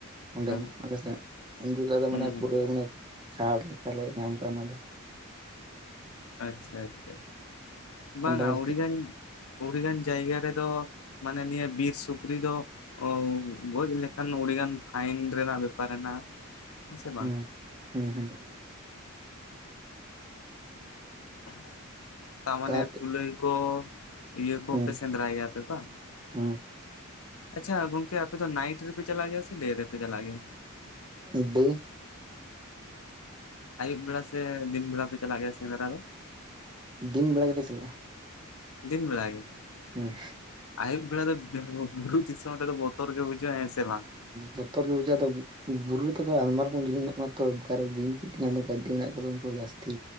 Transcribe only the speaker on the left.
ᱦᱮᱸ
ᱦᱩᱸ
ᱟᱪᱪᱷᱟ ᱟᱪᱪᱷᱟ
ᱵᱟᱝᱼᱟ
ᱩᱲᱤᱜᱟᱱ
ᱟᱹᱰᱤᱜᱟᱱ ᱡᱟᱭᱜᱟ ᱨᱮᱫᱚ ᱢᱟᱱᱮ ᱱᱤᱭᱟᱹ ᱵᱤᱨ ᱥᱩᱠᱨᱤ ᱫᱚ ᱚ ᱜᱚᱡ ᱞᱮᱠᱷᱟᱱ ᱟᱹᱰᱤᱜᱟᱱ ᱯᱷᱟᱭᱤᱱ ᱨᱮᱱᱟᱜ ᱵᱮᱯᱟᱨ ᱦᱮᱱᱟᱜᱼᱟ ᱦᱮᱸ ᱥᱮ ᱵᱟᱝ
<unintelligible> ᱛᱟᱨ ᱢᱟᱱᱮ
ᱠᱩᱞᱟᱹᱭ ᱠᱚ ᱤᱭᱟᱹ ᱠᱚᱯᱮ
ᱥᱮᱸᱫᱽᱨᱟᱭ ᱜᱮᱭᱟᱯᱮ ᱵᱟᱝ
ᱟᱪᱪᱷᱟ ᱜᱚᱝᱠᱮ ᱟᱯᱮ ᱫᱚ ᱱᱟᱭᱤᱴ ᱨᱮᱯᱮ ᱪᱟᱞᱟᱜ ᱜᱮᱭᱟ ᱥᱮ ᱰᱮ ᱨᱮᱯᱮ ᱪᱟᱞᱟᱜ ᱜᱮᱭᱟ
ᱟᱭᱩᱵ ᱵᱮᱲᱟ ᱥᱮ ᱫᱤᱱ ᱵᱮᱲᱟ ᱯᱮ ᱪᱟᱞᱟᱜ ᱜᱮᱭᱟ ᱥᱮᱫᱽᱨᱟ ᱫᱚ
ᱫᱤᱱ ᱵᱮᱲᱟ ᱜᱮ
ᱟᱭᱩᱵ ᱵᱮᱲᱟ ᱫᱚ ᱵᱩᱨᱩ ᱫᱤᱥᱚᱢ ᱨᱮᱫᱚ ᱵᱚᱛᱚᱨ ᱜᱮ ᱵᱩᱡᱩᱜᱼᱟ ᱦᱮᱸ ᱥᱮ ᱵᱟᱝ